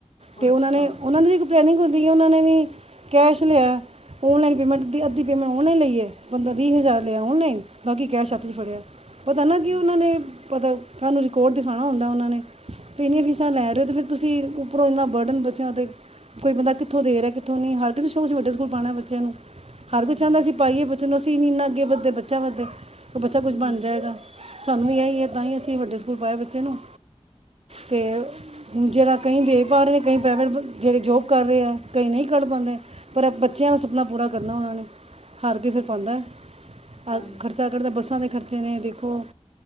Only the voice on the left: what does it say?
ਅੱਛਾ
ਹਮ
ਹਮ
ਹਮ
ਹਮ
ਹਾਂਜੀ